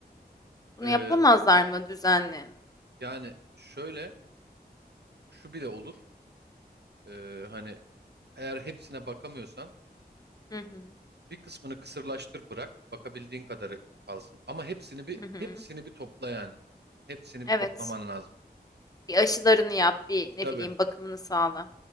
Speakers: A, on the left; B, on the right.
A: Bunu
B: E,
A: yapamazlar mı düzenli?
B: yani şöyle şu bile olur. E, hani eğer hepsine bakamıyorsan
A: Hı hı.
B: bir kısmını kısırlaştır bırak. Bakabildiğin kadarı kalsın. Ama hepsini bir
A: Hı hı.
B: hepsini bir topla yani. Hepsini
A: Evet.
B: bir toplaman lazım.
A: Bir aşılarını yap, bir ne
B: Tabii
A: bileyim bakımını sağla.